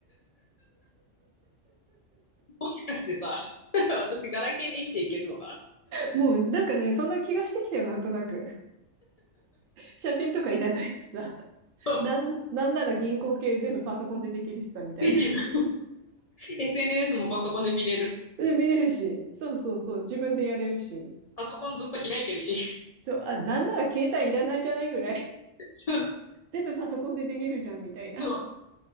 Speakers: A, on the left (about 70°); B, on the right (about 55°).
A: もしかしてさ、<laughs> 私ガラケーで生きていけるのかな
B: もうなんかね、そんな気がしてきたよ、なんとなく。写真とかいらないしさ。
A: そう。
B: なん、なんなら銀行系全部パソコンでできるしさ、みたいな。
A: できる。SNS もパソコンで見れる。
B: で、見れるし。そうそうそう。自分でやれるし。
A: パソコンずっと開いてるし。
B: そう、あ、なんなら携帯いらないじゃないぐらい。
A: <laughs> そう
B: 全部パソコンでできるじゃんみたいな。
A: そう。